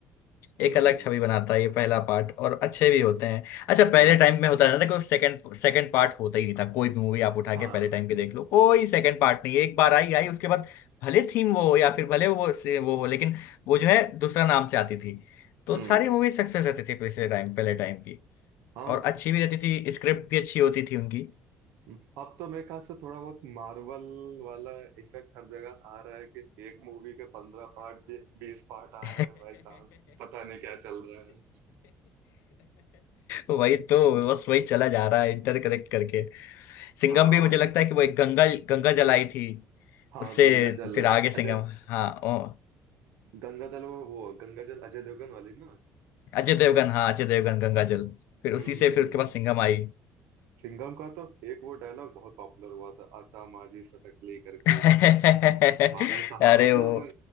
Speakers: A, on the right; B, on the left.
A: हम्म
B: एक अलग छवि बनाता है ये पहला पार्ट और अच्छे भी होते हैं अच्छा पहले
A: हम्म
B: टाइम में होता है ना देखो सेकंड सेकंड पार्ट होता ही नहीं था कोई भी मूवी आप उठा
A: हाँ
B: के पहले टाइम के देख लो कोई सेकंड पार्ट नहीं है। एक बार आई आई उसके बाद भले थीम वो हो या फिर भले वो से- वो हो लेकिन वो जो है दूसरा नाम से आती थी तो
A: हम्म
B: सारी मूवी सक्सेस रहती थी पिछले टाइम पहले टाइम की
A: हाँ
B: और अच्छी भी रहती थी स्क्रिप्ट भी अच्छी होती थी उनकी
A: अब तो मेरे ख्याल से थोड़ा बहुत मार्वल वाला इफेक्ट हर जगह आ रहा है कि एक मूवी के पंद्रह पार्ट बीस पार्ट आ
B: <laughs>
A: रहे हैं भाई साहब पता नहीं क्या चल रहा है
B: वही तो बस वही चला जा रहा है इंटरकरेक्ट करके सिंघम
A: हाँ
B: भी मुझे
A: वो-
B: लगता है कि वो एक गंगा गंगा जलाई थी
A: हाँ
B: उससे
A: गंगा जल
B: फिर आगे सिंघम
A: अजय
B: हाँ ओ
A: गंगा जल वो वो गंगा जल अजय देवगन वाली ना
B: अजय देवगन हाँ अजय देवगन गंगा जल फिर
A: हम्म
B: उसी से फिर उसके बाद
A: हम्म,
B: सिंघम आई
A: सिंघम का तो एक वो डायलॉग बहुत पॉपुलर हुआ था आता माझी सटकली करके
B: <laughs>
A: एक था भाई साहब
B: अरे
A: मतलब
B: वो